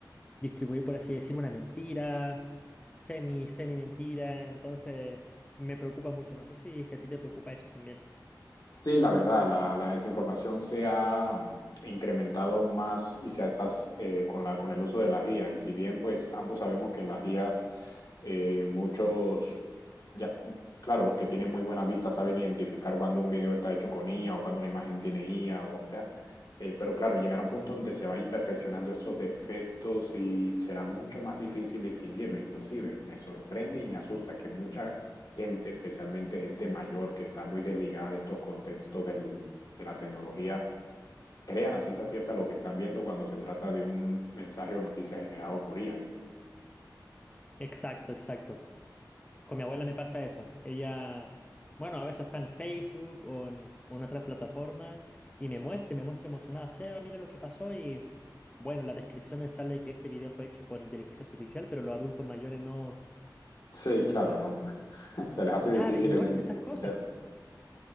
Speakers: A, on the left; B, on the left.
A: distribuir, por así decir, una mentira, semi, semi mentira. Entonces, me preocupa mucho. No sé si, si a ti te preocupa eso también.
B: Sí, la verdad, la, la desinformación se ha mm, incrementado aún más y se ha estás eh, con la con el uso de las IA. Y si bien pues ambos sabemos que en las IAs eh, muchos ya mm, claro, los que tienen muy buena vista saben identificar cuando un video está hecho con IA o cuando una imagen tiene IA o ya. Eh, pero claro, llegar a un punto donde se va a ir perfeccionando esos defectos y será mucho más difícil distinguirlo. Inclusive me sorprende y me asusta que muchos gente, especialmente gente mayor que está muy desligada de estos contextos del, de la tecnología, crean a ciencia cierta lo que están viendo cuando se trata de un mensaje o noticia generado por IA.
A: Exacto, exacto. Con mi abuela me pasa eso. Ella, bueno, a veces está en Facebook o en, o en otras plataformas y me muestra y me muestra emocionada. Seba, mira lo que pasó y bueno, en las descripciones sale que este video fue hecho por inteligencia artificial, pero los adultos mayores no,
B: Sí,
A: eh,
B: claro, no, <laughs> se les hace
A: claro,
B: difícil
A: ignoran
B: en- entender.
A: esas cosas.